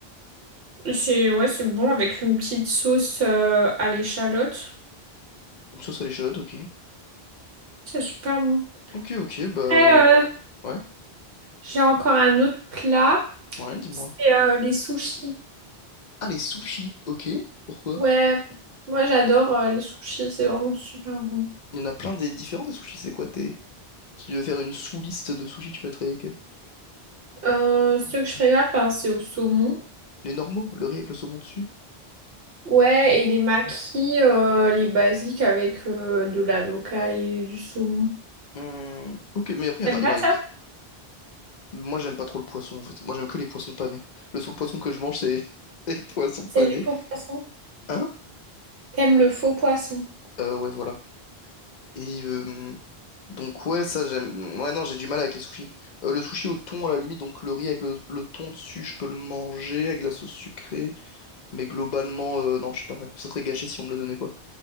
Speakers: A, on the right; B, on the left.
A: Et C'est ouais, c'est bon avec une petite sauce euh, à l'échalote.
B: Une sauce à l'échalote, ok.
A: C'est super bon.
B: Ok, ok, bah,
A: Après, euh,
B: ouais,
A: j'ai encore un autre plat.
B: ouais, dis-moi.
A: C'est euh, les sushis.
B: Ah, les sushis, ok. Pourquoi?
A: Ouais, moi j'adore euh, les sushis, c'est vraiment super bon.
B: Il y en a plein des différents des sushis, c'est quoi? t'es Si tu devais faire une sous-liste de sushis, tu mettrais lesquels?
A: Euh, ce que je préfère faire, c'est au saumon.
B: Les normaux, le riz avec le saumon dessus?
A: Ouais, et les makis, euh, les basiques avec euh, de l'avocat et du saumon.
B: Hum, Ok, mais après, il
A: T'aimes
B: y en a,
A: pas
B: il en
A: ça?
B: existe. Moi, j'aime pas trop le poisson, en fait. Moi, j'aime que les poissons panés. Le seul poisson que je mange, c'est <laughs> les poissons
A: C'est
B: panés.
A: les faux poissons.
B: Hein?
A: T'aimes le faux poisson?
B: Euh, ouais, voilà. Et euh, donc, ouais, ça, j'aime. Ouais, non, j'ai du mal avec les sushis. Euh, le sushi au thon, à la limite, donc le riz avec le, le thon dessus, je peux le manger avec de la sauce sucrée. Mais globalement, euh, non, je suis pas fan. Ça serait gâché si on me le donnait, quoi.